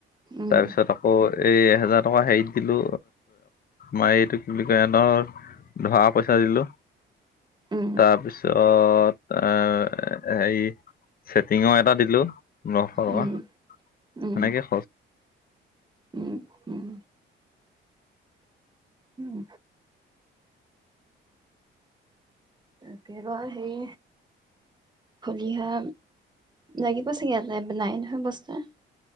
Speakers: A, on the right; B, on the left.
A: উম
B: তাৰপিছত আকৌ এই এহেজাৰ টকা হেৰিত দিলোঁ মাৰ এইটো কি বুলি কয় ধৰ ধৰা পইচা দিলোঁ
A: উম
B: তাৰপিছত অ এই ছেটিঙৰ এটা দিলো পোন্ধৰশ টকা
A: উম
B: সেনেকে
A: উম উম উম উম তাকে বা সেই খলিহা লাগিব চাগে ইয়াতে নাই নহয় বস্তু